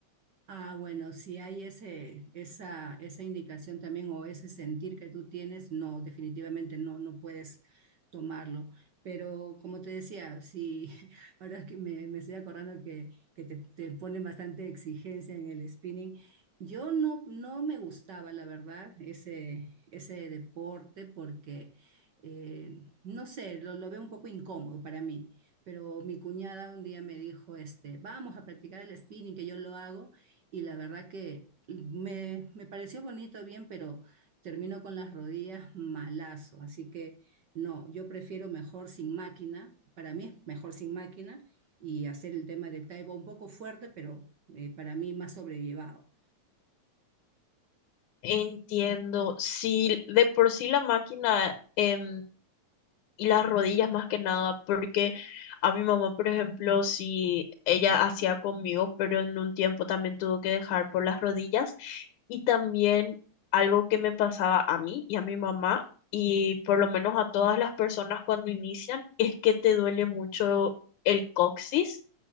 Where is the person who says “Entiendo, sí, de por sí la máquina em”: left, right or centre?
Left